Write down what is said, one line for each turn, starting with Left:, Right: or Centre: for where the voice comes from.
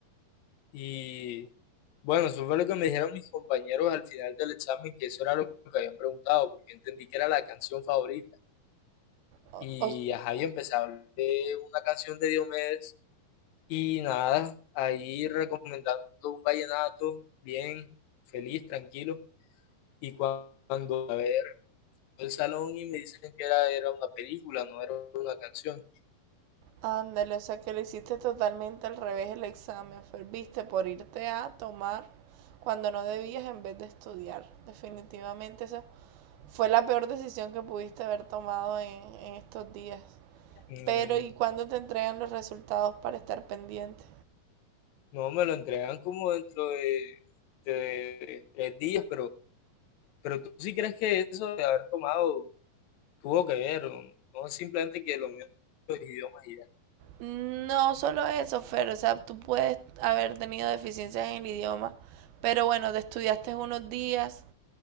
Left: Y bueno, eso fue lo que me dijeron mis compañeros al final del examen, que eso era lo que habían preguntado, porque entendí que era la canción favorita.
Right: O,
Left: Y
Right: o-
Left: ajá, yo empecé a hablar de una canción de Diomedes y nada, ahí recomendando un vallenato, bien, feliz, tranquilo. Y cuando a ver el salón y me dicen que era, era una película, no era una canción.
Right: ándale, o sea que le hiciste totalmente al revés el examen. Ferviste por irte a tomar cuando no debías en vez de estudiar. Definitivamente esa fue la peor decisión que pudiste haber tomado en, en estos días.
Left: Mm,
Right: Pero ¿y cuándo te entregan los resultados para estar pendiente?
Left: no, me lo entregan como dentro de, de tres días, pero, pero tú sí crees que eso de haber tomado tuvo que ver, o no es simplemente que lo mío son los idiomas y ya.
Right: No solo eso, Fer, o sea, tú puedes haber tenido deficiencias en el idioma, pero bueno, te estudiaste unos días,